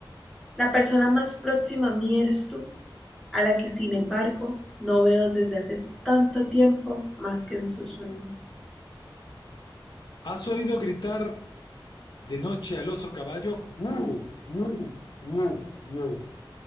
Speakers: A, in the centre; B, on the left.
A: La persona más próxima a mí eres tú, a la que sin embargo no veo desde hace tanto tiempo más que en sus sueños.
B: ¿Has oído gritar de noche al oso caballo? ¡Uh! ¡Uh! ¡Uh! ¡Uh! uh!